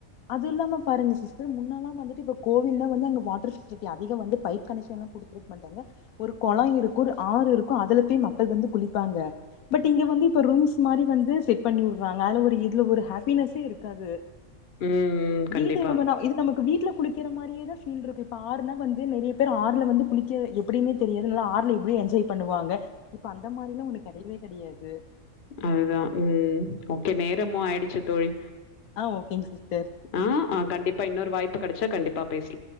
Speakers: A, on the left; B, on the left.
A: அது இல்லாம பாருங்க சிஸ்டர் முன்னல்லா வந்துட்டு <unintelligible> வந்து அங்க வாட்டர் <inaudible> சிட்டி அதிக வந்து பைப் கனெக்ஷனு குடுத்துருக் மாட்டாங்க ஒரு கொளோ இருக் ஒரு ஆறு இருக்கு அதுல போய் மக்கள் வந்து குளிப்பாங்க பட் இங்க வந்து இப்ப ரூம்ஸ் மாரி வந்து செட் பண்ணி உட்றாங்க அதுல ஒரு இதுல ஒரு ஹேப்பினஸ்ஸே இருக்காது
B: உம் ம் கண்டிப்பா
A: வீடு நம்ம ந இது நமக்கு வீட்ல குளிக்கற மாரியே தா ஃபீல்ருக்கு இப்ப ஆறுனா வந்து நெறைய பேர் ஆறுல வந்து குளிக்க எப்டினே தெரியாது நல்லா ஆறுல எப்படி என்ஜாய் பண்ணுவாங்க இப்ப அந்த மாரில்லா ஒன்னு கெடையவே கெடையாது து
B: அது தா உம் ஓகே நேரமு ஆயிடிச்சு தோழி
A: ஆ ஓகேங்க சிஸ்டர்
B: ஆஹ் ஆஹ் கண்டிப்பா இன்னோரு வாய்ப்பு கெடச்சா கண்டிப்பா பேஸ்